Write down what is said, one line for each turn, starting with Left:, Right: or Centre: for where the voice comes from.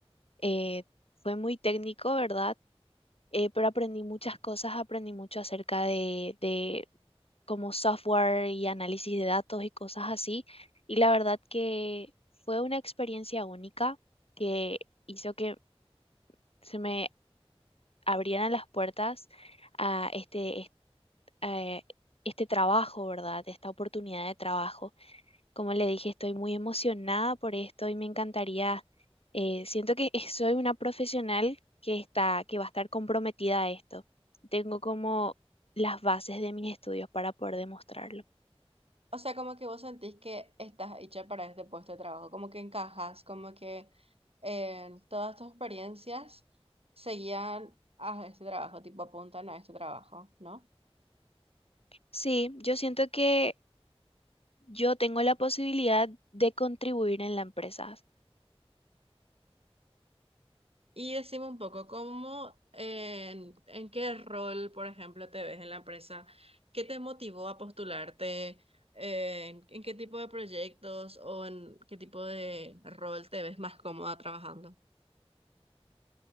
Left: eh, fue muy técnico, ¿verdad? Eh, pero aprendí muchas cosas, aprendí mucho acerca de, como software y análisis de datos y cosas así. Y la verdad que fue una experiencia única que hizo que se me abrieran las puertas a este, est- a este trabajo, ¿verdad? Esta oportunidad de trabajo. Como le dije, estoy muy emocionada por esto y me encantaría, eh, siento que <laughs> es- soy una profesional que está, que va a estar comprometida a esto. Tengo como las bases de mis estudios para poder demostrarlo.
Right: O sea, como que vos sentís que estás hecha para este puesto de trabajo, como que encajas, como que eh, todas tus experiencias seguían a este trabajo, tipo apuntan a este trabajo, ¿no?
Left: Sí, yo siento que yo tengo la posibilidad de contribuir en la empresa
Right: Y decime un poco, ¿cómo, eh, en, en qué rol, por ejemplo, te ves en la empresa? ¿Qué te motivó a postularte? Eh, ¿en, en qué tipo de proyectos o en qué tipo de rol te ves más cómoda trabajando?